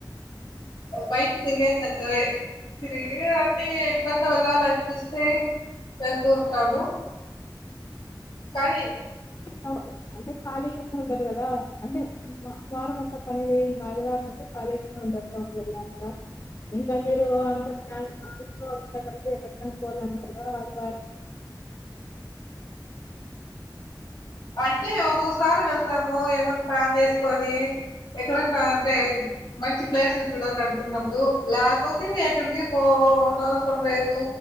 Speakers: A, on the left (about 70°); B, on the left (about 40°).
A: బయట తిరిగేది తక్కువే తిరిగి అంటే ఎప్పుడన్నా వెళ్ళాల అనిపిస్తే వెళ్తూ ఉంటాను కానీ
B: అంటే అంటే ఖాళీగానే ఉంటరు కదా అంటే వారం అంతా పని వేయిం కాదు కాబట్టె ఖాళీగానే ఉంటారు టౌన్ వల్ల అంత ఇంకా మీరు అంతంట్లోంత కలిసి ఎం కోళ్లం అదివ
A: అంటే ఒక్కొక్కసారి వెళ్తాము ఏమన్నా ప్లాన్ చేసుకొని ఎక్కడన్నా అంటే మంచి ప్లేసులు చూడాలి అనుకున్నప్పుడు లేకపోతే ఎక్కడికి పోన అవసరం లేదు